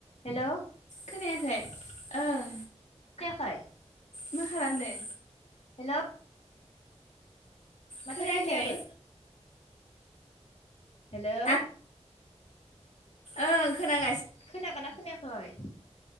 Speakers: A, on the left; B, on the left.
A: हेल'!
B: खोनायाखै ओं
A: खोनायाखै
B: मा खालामदों।
A: हेल' माथो
B: खोनायाखै
A: रायलायाबो? हेल'!
B: आं ओं खोनागासिनो
A: खोनागोन ना खोनायाखै?